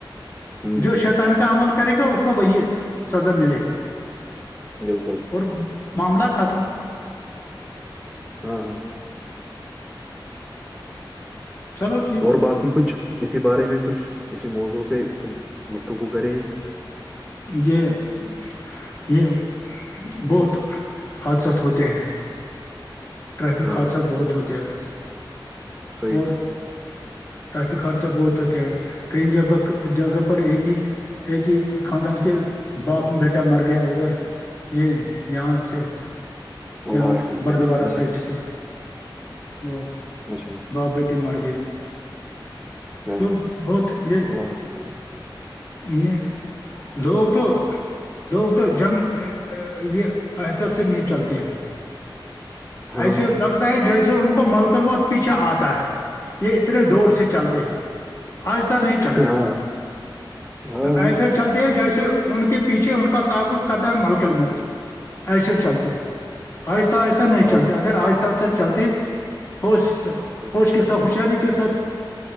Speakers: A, in the centre; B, on the left (about 35°).
A: ہ
B: جو شیطان کا عمل کرے گا اس کو وہی سزا ملے گا
A: بالکل
B: اور معاملہ ختم
A: ہاں ہاں
B: چلو ٹھیک
A: اور
B: ہے
A: باقی کچھ کسی بارے میں کچھ کسی موضوع پہ گفتگو کرے
B: یہ <unintelligible> یہ بہت حادثات ہوتے ہیں ٹریفک
A: ہاں
B: حادثات
A: ہاں
B: بہت ہوتے ہیں
A: صحیح
B: اور ٹریفک حادثہ بہتتا ہے کئی جگہ جگہ پر ایک ہی ایک کہ خاندان کے باپ بیٹا مر گیا ادھر یہ یہاں سے یہاں
A: اللہ رحم
B: بردوارہ
A: کرے ہ
B: سے ج سے وہ
A: اچھا
B: باپ بیٹی مر گئی
A: ہے
B: وہ
A: ہے ہے
B: بہت یہ
A: اللہ رحم کرے
B: یہ لوگ تو لوگ تو جن یہ احتت سے نہیں چلتے ہے
A: ہاں
B: ایسے لگتا ہے جیسے ان کو ملکن میںہت پیچھا آتا ہے یہ اتنے دور سے چلتے ہیں آستستک نہیں چلتی
A: ہاں ہاں
B: ایسا چلتے ہیں جیسے ان کے پیچھے ان کا تعقب کرتا ہے ملکل موت ایسے چلتے ہیں آہستہ آہستہ نہیں
A: ہاں
B: چلتے اگر آہستہ آہستہ چلتے ہوش
A: ہاں،
B: ہوش کے ساتھ ہوشیاری کے ساتھ